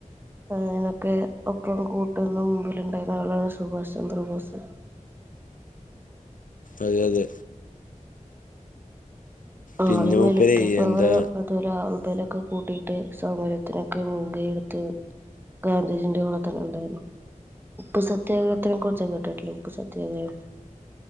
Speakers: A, on the right (about 15°); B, on the left (about 80°).
A: അ അതിനൊക്കെ ഒപ്പം കൂട്ടുന്ന മുമ്പില ഉണ്ടായിരുന്ന ആളാണ് സുഭാഷ്ചന്ദ്ര ബോസ്
B: അതെയതെ
A: ആള്
B: പിന്നെ
A: മിലിട്രി
B: മൂപ്പരെ
A: പവറ്
B: എന്താ
A: പ <unintelligible> ആൾബലൊക്കെ കൂട്ടീട്ട് സമരത്തിനൊക്കെ മുൻകൈ എടുത്ത് ഗാന്ധിജിന്റെ ഓടെ തന്നെ ഉണ്ടായിരുന്നു ഉപ്പുസത്യാഗ്രഹത്തിനെ കുറിച്ച് കേട്ടിട്ടില്ലെ ഉപ്പ് സത്യാഗ്രം